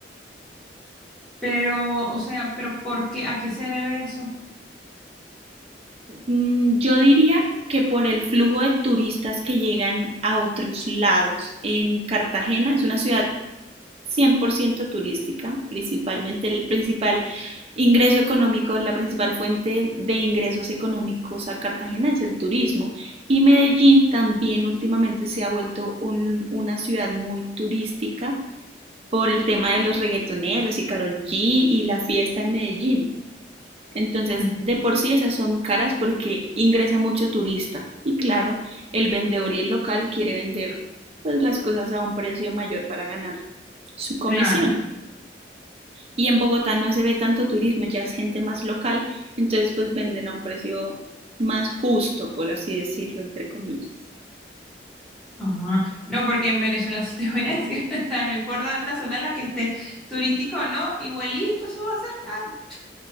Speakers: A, in the centre; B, on the right.
A: Pero, o sea, pero ¿por qué? ¿A qué se debe eso?
B: Mm, Yo diría que por el flujo de turistas que llegan a otros lados, en Cartagena es una ciudad 100% turística, principalmente el principal ingreso económico, la principal fuente de ingresos económicos a Cartagena es el turismo. Y Medellín también últimamente se ha vuelto un- una ciudad muy turística por el tema de los reggaetoneros y Karol G y la fiesta en Medellín. Entonces,
A: Ajá.
B: de por sí esas son caras porque ingresa mucho turista. Y claro, el vendedor y el local quiere vender pues las cosas a un precio mayor para ganar su comisión.
A: Claro.
B: Y en Bogotá no se ve tanto turismo, ya es gente más local, entonces pues venden a un precio más justo, por así decirlo, entre comillas.
A: Ajá. No, porque en Venezuela <laughs> sí te voy a decir, <laughs> o sea, no importa la zona en la que esté, turístico o no, igualito eso va a ser caro.